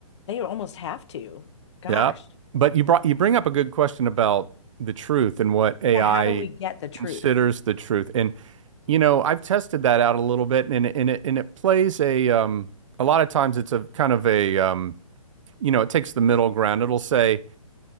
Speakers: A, on the left (about 50°); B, on the right (about 60°).
A: They almost have to. Gosh.
B: yeah. But you brought you bring up a good question about the truth and what AI
A: Yeah. How do we get the truth?
B: considers the truth. And you know, I've tested that out a little bit, and it- and it and it plays a um a lot of times it's a kind of a um you know it takes the middle ground. It'll say